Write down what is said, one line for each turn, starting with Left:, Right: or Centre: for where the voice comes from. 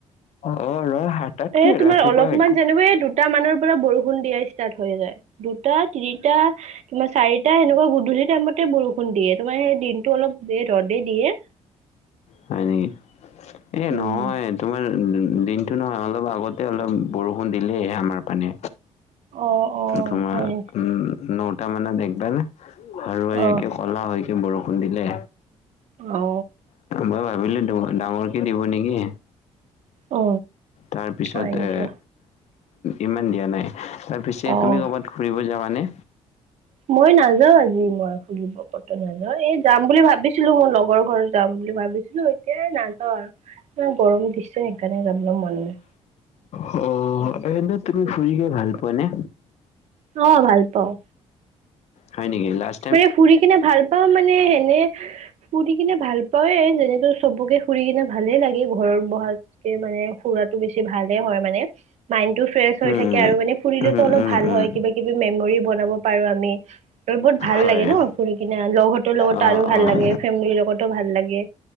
Left: অ ৰ সাতাতকে
Right: এ তোমাৰ
Left: ৰাতিপুৱা
Right: অলপমান
Left: একো
Right: যেনেকৈ দুটা মানৰ পৰা বৰষুণ দিয়া ষ্টাৰ্ট হৈ যায় দুটা তিনিটা তোমাৰ চাৰিটা সেনেকুৱা গধূলি টাইমতে বৰষুণ দিয়ে, তোমাৰ সেই দিনটো অলপ ৰ'দে দিয়ে।
Left: হয় নেকি এ
Right: উম
Left: নহয় তোমাৰ দিন সেইটো নহয় অলপ আগতে অলপ বৰষুণ দিলেই আমাৰ পানে।
Right: অ অ
Left: তোমাৰ
Right: হয় নেকি
Left: উম নটা মানত একবাৰ হাৰাকে
Right: অ
Left: কলা হৈ কে বৰষুণ দিলে।
Right: অ
Left: মই ভাবিলোঁ ডাঙৰকে দিব নেকি?
Right: অ
Left: তাৰ পিছত
Right: হয় নেকি
Left: এ ইমান দিয়া নাই। তাৰপিছে এই
Right: অ
Left: পিনে কৰ'ৰবাত ফুৰিব যাওঁ এনে।
Right: মই নাযাও আজি মই ফুৰিব কতো নাযাওঁ। এই যাম বুলি ভাবিছিলোঁ মোৰ লগৰ ঘৰ যাম বুলি ভাবিছিলোঁ, এতিয়া এই নাযাওঁ। আৰু গৰম দিছে সেইকাৰণে যাবলৈ মন নাই
Left: হ <inaudible> অ এ তুমি ফুৰিব ভাল পোৱানে?
Right: অ ভাল পাওঁ।
Left: হয় নেকি লাজ
Right: এ ফুৰি কিনে ভাল পাওঁ মানে এনে। ফুৰি কিনে ভাল পাওৱে যেনেতো চবকে ফুৰি কিনে ভালে লাগে ঘৰৰত বহা মানে ফুৰাত বেছি ভাল হয় মানে মাইনটো ফ্ৰেচ হৈ
Left: উম
Right: থাকে আৰু মানে ফুৰিলেটো
Left: উম উম
Right: অলপ
Left: উম
Right: ভাল
Left: উম
Right: হয়। কিবা কিবি মেমৰি বনাব পাৰোঁ, আমি ত বহুত ভাল
Left: হয়
Right: লাগে ন ফুৰি কিনে লগটোৰ লগতো
Left: অ',
Right: আৰু ভাল
Left: অ',
Right: লাগে ফেমিলিৰ লগতো ভাল লাগে।